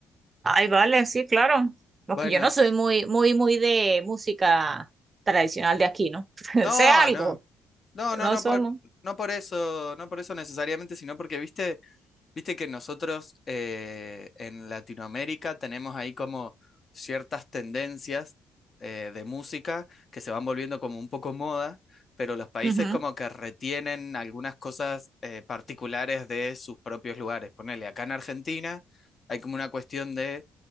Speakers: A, on the right; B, on the left.
A: Ay, vale, sí, claro. Porque
B: Bueno,
A: yo no soy muy, muy, muy de música tradicional de aquí, ¿no? <laughs>
B: no,
A: Sé algo,
B: no, no,
A: pero
B: no,
A: no
B: no
A: somos.
B: por, no por eso, no por eso necesariamente, sino porque, viste, Viste que nosotros eh, en Latinoamérica tenemos ahí como ciertas tendencias eh, de música que se van volviendo como un poco moda, pero los países
A: Ujú.
B: como que retienen algunas cosas eh, particulares de sus propios lugares. Ponele, acá en Argentina hay como una cuestión de